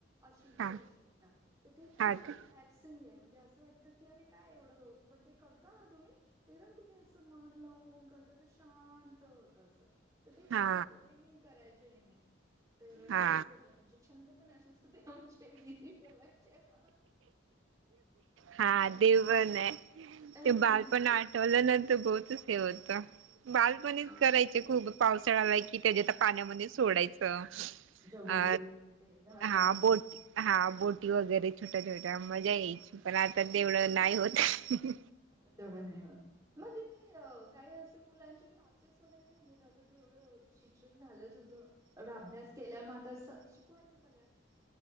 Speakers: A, on the right; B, on the right.
A: अशी
B: हा
A: करु शकता तर ते खूप
B: हा का
A: रिलॅक्स सिंग आहे म्हणजे असं वाटतं की अरे काय एवढं पण ते करता ना तुम्ही. ते ना तुम्ही असं मन लावून करता तर शांत होत अस तर ते
B: हा
A: छान होतं ते मीन करायच नेहमी. तर
B: हा
A: असं होत आमचे छंद पण असेच होते आमचे बीजी ठेवायचे आम्हाला
B: हा ते पण आहे
A: अ,
B: ते
A: तेच.
B: बालपण आठवलं ना तर बहुतच हे होत. बालपण
A: हां, हां.
B: करायचे खूप पावसाळ्याला कि त्याच्यात पाण्यामध्ये सोडायचं.
A: त्यांच्या बोटीवर
B: अ
A: ते जहाज
B: हा
A: वगैरे
B: बोट
A: बन
B: हा बोटी वगैरे छोट्या छोट्या मजा
A: नाव
B: यायची
A: छोटून
B: पण आता तेवढं नाही होत.
A: आता तेवढं नाही होत मग तिथे काही असे मुलांचे क्लासेस वगैरे नाही घेतात तू एवढं शिक्षण झालं तुझ एवढा अभ्यास केल्या मग आता शिकवायचं सगळ्या.